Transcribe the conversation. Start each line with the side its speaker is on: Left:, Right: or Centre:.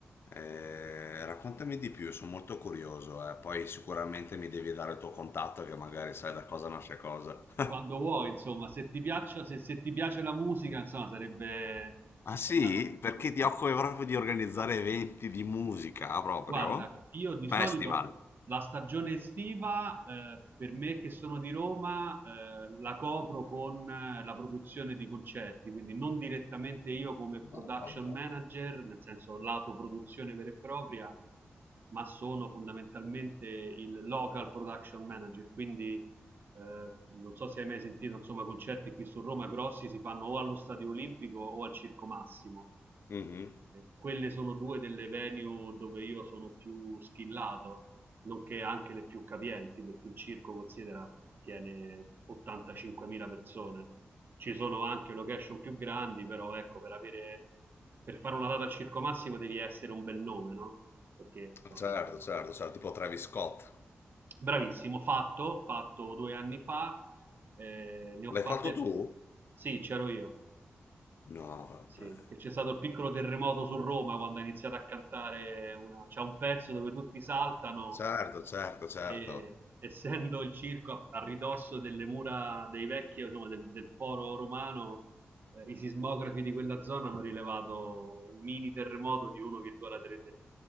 Left: Eh, raccontami di più, sono molto curioso, eh. Poi sicuramente mi devi dare il tuo contatto che magari sai da cosa nasce cosa. <laughs>
Right: quando vuoi, insomma, se ti piaccia, se, se ti piace la musica, insomma, sarebbe
Left: Ah sì?
Right: è una...
Left: Perché
Right: ok.
Left: ti occupi proprio di organizzare eventi di musica, proprio?
Right: Guarda, io di
Left: Festival.
Right: solito la stagione estiva, eh, per me che sono di Roma, eh, la copro con eh, la produzione di concerti, quindi non direttamente io come production
Left: No, vabbè.
Right: manager, nel senso lato produzione vera e propria, ma sono fondamentalmente il local production manager, quindi eh, non so se hai mai sentito, insomma, concerti qui su Roma grossi si fanno o allo Stadio Olimpico o al Circo Massimo.
Left: Mhm.
Right: Eh, quelle sono due delle venue dove io sono più skillato, nonché anche le più capienti, perché il circo considera tiene 85.000 persone. Ci sono anche location più grandi, però ecco, per avere per fare una data al circo massimo devi essere un bel nome, no? Perché insomma,
Left: Certo,
Right: di-
Left: certo, certo, tipo Travis Scott.
Right: bravissimo, fatto, fatto due anni fa, eh, ne ho fatte,
Left: L'hai fatto tu?
Right: sì, c'ero io.
Left: No, vabbè.
Right: Sì, e c'è stato il piccolo terremoto su Roma quando ha iniziato a cantare una... c'è un pezzo dove tutti saltano
Left: Certo, certo, certo.
Right: e essendo il circo a, a ridosso delle mura dei vecchi, insomma, del, del foro romano, eh, i sismografi di quella zona hanno rilevato un mini terremoto di 1,3